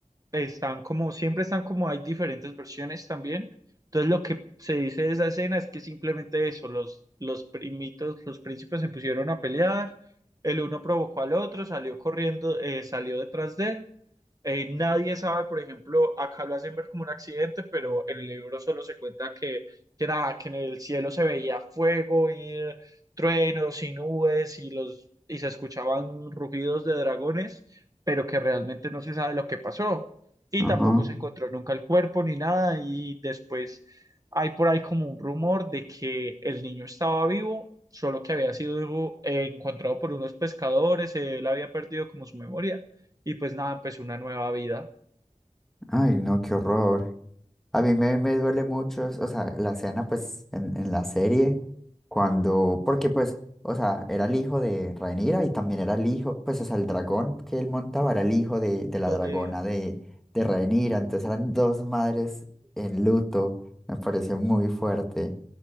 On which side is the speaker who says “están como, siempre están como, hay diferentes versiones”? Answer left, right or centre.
Right